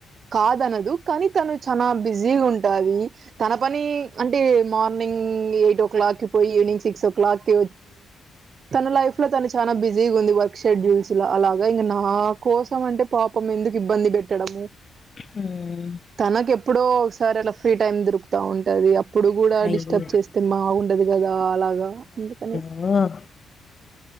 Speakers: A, on the right; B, on the left.
A: కాదు అనదు కానీ తను చాల బిజీగా ఉంటా తన పని అంటే మార్నింగ్ ఎయిట్ ఓ క్లాక్ కి పోయి ఈవినింగ్ సిక్స్ ఓ క్లాక్ కి తన లైఫ్ లో తను చాలా బిజీ ఉంది వర్క్ షెడ్యూల్స్ లో అలాగా ఇంగ నా కోసం అంటే పాపం ఎందుకు ఇబ్బంది పెట్టడము
B: హ్మ్.
A: తనకిప్పుడో సార్ అలా ఫ్రీ టైమ్ దొరుకుతా ఉంటది అప్పుడు కూడా
B: అయ్యో
A: డిస్టర్బ్ చేస్తే బాగుంటదు కదా అలాగా అందుకని
B: ఆ